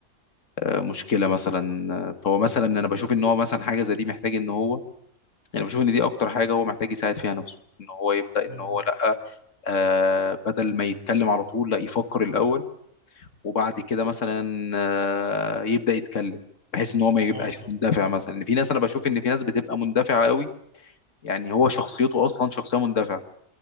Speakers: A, on the left (about 65°); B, on the right (about 45°).
A: آه، مشكلة مثلا آه، فهو مثلا أنا بشوف إن هو مثلا حاجة زي دي محتاج إن هو يعني بشوف إن دي أكتر حاجة هو محتاج يساعد فيها نفسه إن هو يبدأ إن
B: اه
A: هو لأ آه، بدل ما يتكلم على طول لأ يفكر الأول وبعد كده مثلا آه، يبدأ يتكلم بحيث ان هو ما يبقاش
B: آه، طبعا
A: مندفع مثلا ان في ناس انا بشوف ان في ناس بتبقى مندفعة قوي يعني هو شخصيته اصلا شخصية مندفعة